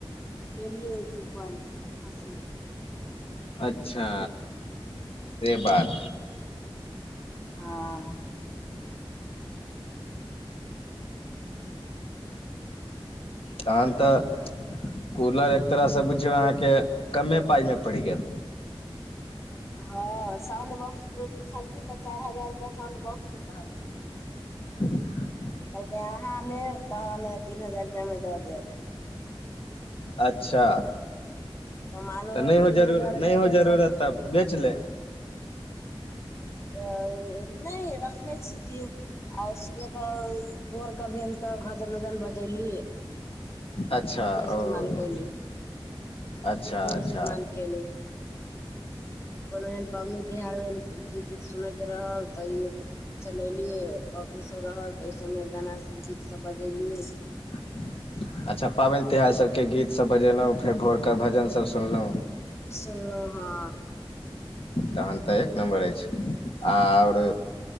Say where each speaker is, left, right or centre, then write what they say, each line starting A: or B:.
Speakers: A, on the left; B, on the left.
A: लेलियै कूपन त फसलै
B: अच्छा से बात
A: हँ
B: तहन तऽ कूलर एक तरहसँ बुझियौ अहाँके कमे पाइमे पड़ि गेल
A: हँ साउंड बॉक्स पुछलखिन त चारि हजार साउंड बॉक्स के कहलखिन
B: <inaudible>
A: कहलकै अहाँ लेब त तहन तीन हजार रुपैयामे द देब
B: अच्छा
A: हम मानू
B: तऽ नहि
A: तीन
B: हो जरूर
A: हजार रुपआ
B: नहि हो
A: के
B: जरूरत
A: साउंड
B: तब बेच ले
A: तऽ नहि रखने छी कि आ सुबहके भोर क भेल तऽ भजन उजन बजैली
B: अच्छा
A: अपने इस्तेमाल
B: ओ
A: कैली
B: अच्छा
A: अपने
B: अच्छा
A: इस्तेमाल गेले कोनो एहन पाबनि त्योहार भेल त गीत उत सुनैत रहल तैयो चलेलिय पबनी सब रहल त ओहि सभमे गाना गीत सब बजेलियै
B: <inaudible> अच्छा पाबेन तिहार सभके गीतसभ बजेलहुँ फेर भोरक भजनसभ सुनलो
A: सुनलौ हँ
B: तहलटे नम्बर अछि ओर